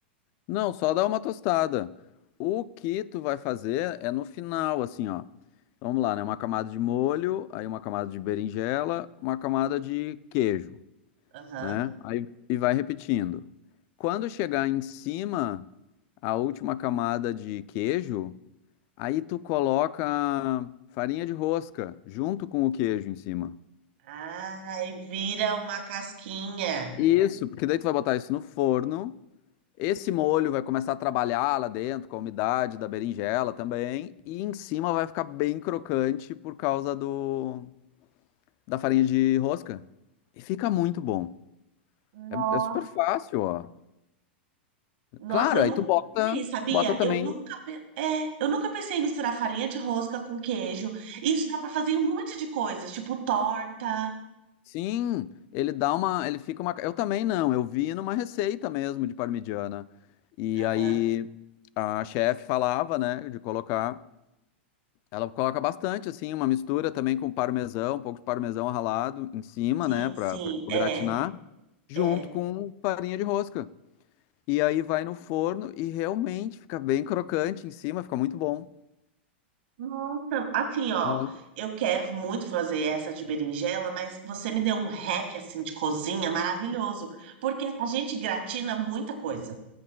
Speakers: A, on the left; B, on the right.
A: Não, só dá uma tostada. O que tu vai fazer é no final, assim, ó. Vamos lá, né? Uma camada de molho, aí uma camada de berinjela, uma camada de queijo,
B: Aham.
A: né? Aí e vai repetindo. Quando chegar em cima, a última camada de queijo, aí tu coloca farinha de rosca junto com o queijo em cima.
B: Ah, e vira uma casquinha.
A: Isso, porque daí tu vai botar isso no forno. Esse molho vai começar a trabalhar lá dentro com a umidade da berinjela também, e em cima vai ficar bem crocante por causa do da farinha de rosca. E fica muito bom.
B: Nossa!
A: É, é super fácil, ó.
B: Nossa,
A: Claro,
B: eu
A: aí
B: nunca
A: tu bota,
B: fiz, sabia?
A: bota também.
B: Eu nunca, pe- é, eu nunca pensei em misturar farinha de rosca com queijo. Isso dá pra fazer um monte de coisas, tipo torta.
A: Sim, ele dá uma, ele fica uma. Eu também não, eu vi numa receita mesmo de parmegiana. E
B: Aham,
A: aí a chefe falava, né, de colocar Ela coloca bastante, assim, uma mistura também com parmesão, um pouco de parmesão ralado em cima,
B: Sim,
A: né, para
B: sim,
A: tipo,
B: é,
A: gratinar, junto
B: é.
A: com farinha de rosca. E aí vai no forno e realmente fica bem crocante em cima, fica muito bom.
B: Nossa, assim, ó,
A: Ah,
B: eu quero muito fazer essa de berinjela, mas você me deu um hack, assim, de cozinha maravilhoso, porque a gente gratina muita coisa.